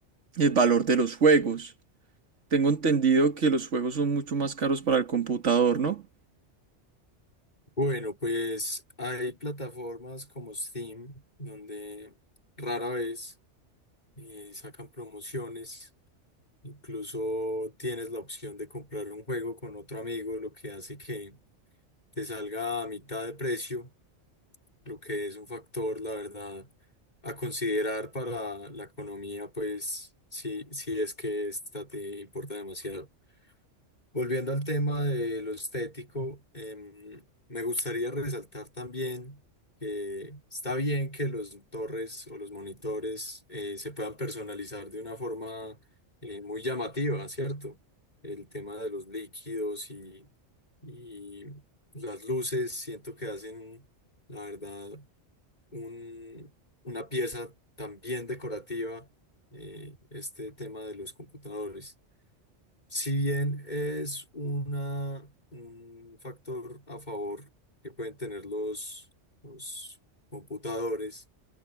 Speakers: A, on the right; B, on the left.
A: el valor de los juegos. Tengo entendido que los juegos son mucho más caros para el computador, ¿no?
B: Bueno, pues hay plataformas como Steam, donde rara vez eh, sacan promociones Incluso tienes la opción de comprar un juego con otro amigo, lo que hace que te salga a mitad de precio, lo que es un factor, la verdad, a considerar para la economía, pues si, si es que esta te importa demasiado. Volviendo al tema de lo estético, em, me gustaría resaltar también que está bien que los torres o los monitores eh, se puedan personalizar de una forma eh, muy llamativa, ¿cierto? El tema de los líquidos y, y las luces, siento que hacen, la verdad, un- una pieza también decorativa, eh, este tema de los computadores. Si bien es una, un factor a favor que pueden tener los, los computadores,